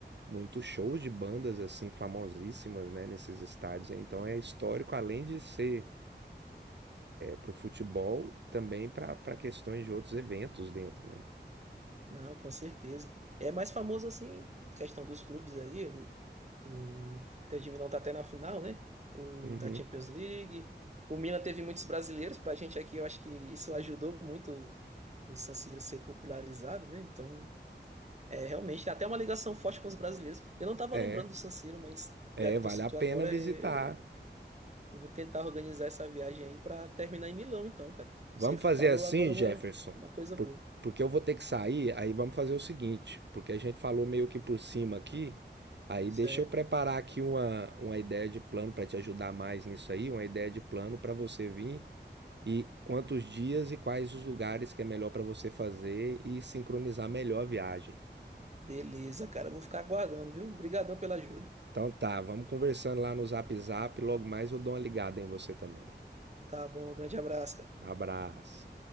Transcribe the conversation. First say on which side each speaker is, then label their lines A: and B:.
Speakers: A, on the right; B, on the right.
A: muitos shows de bandas assim famosíssimas, né? Nesses estádios. Então é histórico além de ser para o futebol, também para para questões de outros eventos dentro, né?
B: não, com certeza. É mais famoso assim, questão dos clubes aí, o, o Inter de Milão tá até na final, né? O
A: Uhum.
B: da Champions League. O Milan teve muitos brasileiros, pra gente aqui eu acho que isso ajudou muito o San Siro ser popularizado, né? Então, É, realmente, tem até uma ligação forte com os brasileiros. Eu não estava
A: É,
B: lembrando do San Siro, mas
A: é,
B: já que
A: vale
B: tu citou
A: a pena
B: agora,
A: visitar.
B: é, eu vou tentar organizar essa viagem aí para terminar em Milão, então, cara.
A: Vamos
B: Você falou
A: fazer assim,
B: agora uma,
A: Jefferson,
B: uma coisa
A: por-
B: boa.
A: porque eu vou ter que sair, aí vamos fazer o seguinte, porque a gente falou meio que por cima aqui, aí
B: Certo.
A: deixa eu preparar aqui uma, uma ideia de plano para te ajudar mais nisso aí, uma ideia de plano para você vir e quantos dias e quais os lugares que é melhor para você fazer e sincronizar melhor a viagem.
B: Beleza, cara. Eu vou ficar aguardando, viu? Obrigadão pela ajuda.
A: Então tá, vamos conversando lá no Zap Zap, logo mais eu dou uma ligada em você também.
B: Tá bom, um grande abraço, cara.
A: Abraço.